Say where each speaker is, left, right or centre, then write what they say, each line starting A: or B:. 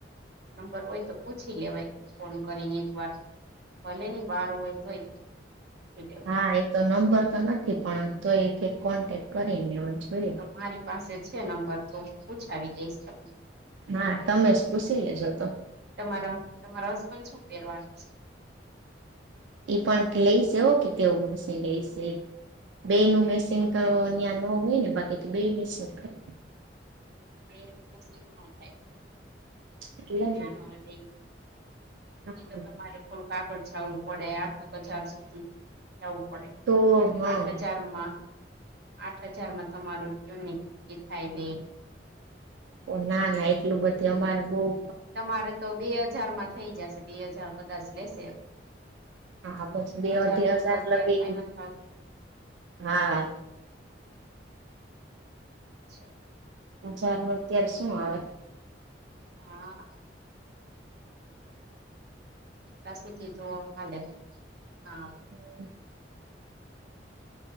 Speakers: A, on the right (about 60°); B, on the right (about 90°).
A: પર ઓય તો પૂછ. પૂછી લેવાય ફોન કરીને એક વાર ભલેની બાર ઓય તોય. પૂછી લેવાય
B: હા, એ તો નંબર તો નથી પણ તોઈ કે કોન્ટેક કરી લેવો જોઈએ.
A: તો મારી પાસે છે નંબર તો, પૂછાવી દઈશ તમને.
B: ના, તમે જ પૂસી લેજો તો.
A: તમારા-તમારા હસબન્ડ શું પેરવાના છે.?
B: એ પણ ક્લેઈશ એવો કે કવો મૂશી લઈ શે. બેયનું મેચિંગ તો ન્યા નો હોય ને બાકી તો બેય મેચિંગ કર
A: બેયનું મેચિંગ નો થાય,
B: એટલે
A: ત્યાં
B: જ ને
A: નો ઓય બેય
B: હા
A: એ તો તમારે થોડુંક આગળ જાવું પડે, આખા બજાર સુધી જાવું પડે.
B: તો હા
A: આઠ હજારમાં આઠ હજારમાં તમારું ટ્યૂનિંગ ની થાય બેન.
B: ઓ, ના, ના, એટલું બધી અમારે બોઉ
A: તમારે તો બે અજારમાં થઈ જાશે, બે અજાર કદાચ લેશે.
B: હા, બસ, બે-અઢી
A: હજાર નું
B: અજાર
A: તો અત્યારે
B: લગી,
A: કઈ નથી આવતું
B: હા,
A: ચાહ્
B: હજારનું અત્યારે શું આવે?
A: હા, એટલા સુધી તો મલે, ના,
B: હુમ્મ,